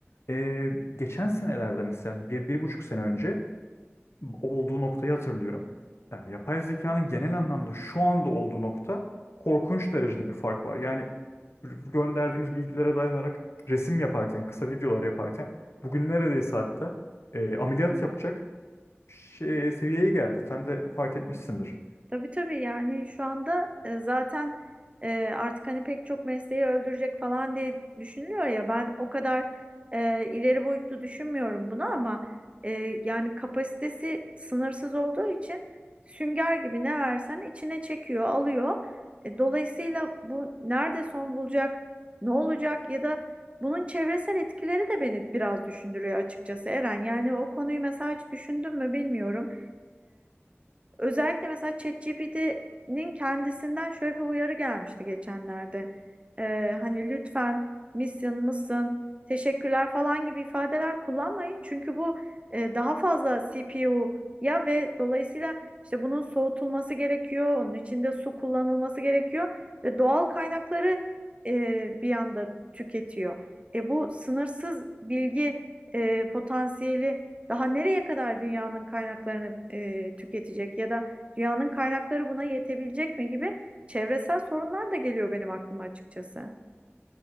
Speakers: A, on the left; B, on the right.
A: e, geçen senelerde mesela bir, bir buçuk sene önce olduğu noktayı hatırlıyorum. Yani yapay zekanın genel anlamda şu anda olduğu nokta korkunç derecede bir fark var. Yani gönderdiğimiz bilgilere dayanarak resim yaparken, kısa videolar yaparken bugün neredeyse hatta e, ameliyat yapacak şey, seviyeye geldi. Sen de fark etmişsindir.
B: Tabii tabii yani şu anda e, zaten e, artık hani pek çok mesleği öldürecek falan diye düşünülüyor ya ben o kadar e, ileri boyutlu düşünmüyorum bunu ama e, yani kapasitesi sınırsız olduğu için sünger gibi ne versen içine çekiyor alıyor. E, dolayısıyla bu nerede son bulacak ne olacak ya da bunun çevresel etkileri de beni biraz düşündürüyor açıkçası Eren. Yani o konuyu mesela hiç düşündün mü bilmiyorum. Özellikle mesela ChatGPT'nin kendisinden şöyle bir uyarı gelmişti geçenlerde. Ee, hani lütfen misin mısın teşekkürler falan gibi ifadeler kullanmayın. Çünkü bu e, daha fazla CPU'ya ve dolayısıyla işte bunun soğutulması gerekiyor. Onun içinde su kullanılması gerekiyor ve doğal kaynakları e, bir anda tüketiyor. E, bu sınırsız bilgi e, potansiyeli daha nereye kadar dünyanın kaynaklarını e, tüketecek ya da dünyanın kaynakları buna yetebilecek mi gibi çevresel sorunlar da geliyor benim aklıma açıkçası.